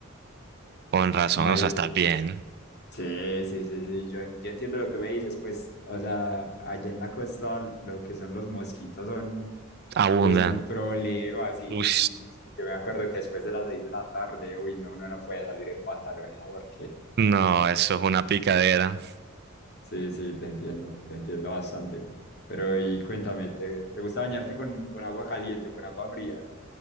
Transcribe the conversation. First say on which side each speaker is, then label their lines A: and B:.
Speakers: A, on the right (about 50°); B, on the left (about 55°).
A: Con razón,
B: no hay,
A: o sea, estás bien.
B: sí, sí, sí, sí, yo, en- yo entiendo lo que me dices, pues, o sea, allá en la costa lo que son los mosquitos son,
A: Abundan.
B: uy, son un problema, sí,
A: Uy,
B: sí, sí, sí, yo me acuerdo que después de las seis de la tarde, uy, no, uno no puede salir en pantalones a porque,
A: no, eso es una picadera.
B: sí, sí, te entiendo, te entiendo bastante, pero, y cuéntame, ¿te, te gusta bañarte con, con agua caliente o con agua fría?